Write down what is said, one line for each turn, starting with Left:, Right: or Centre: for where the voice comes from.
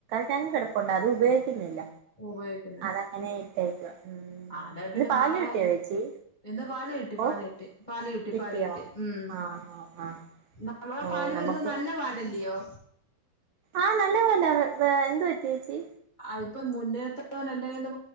Right: ഞാൻകിടപ്പുണ്ട്.
Left: ആ.
Right: അത് ഉപയോഗിക്കുന്നില്ല
Left: ഉപയോഗിക്കുന്നില്ല
Right: അതങ്ങനെ ഇട്ടേക്കുവാ ഉം
Left: ആ അതെ പിന്നെ
Right: ഇന്ന് പാല്
Left: നാളെ
Right: കിട്ടിയോ ചേച്ചി
Left: ഇന്ന് പാല് കിട്ടി
Right: ഓ
Left: പാല് കിട്ടി പാല് കിട്ടി
Right: കിട്ടിയോ
Left: പാല്കിട്ടി ഉം
Right: ആഹ് ആഹ് ആഹ്
Left: നമ്മളെ
Right: ഓ
Left: പാല്
Right: നമുക്ക്
Left: വരുന്നത് നല്ല പാലല്ലയോ
Right: ആഹ് നല്ലതന്നെ അതെഎന്തു പറ്റി ചേച്ചി
Left: അതിപ്പം മുന്നേത്തവൻ എന്റെകയിന്ന്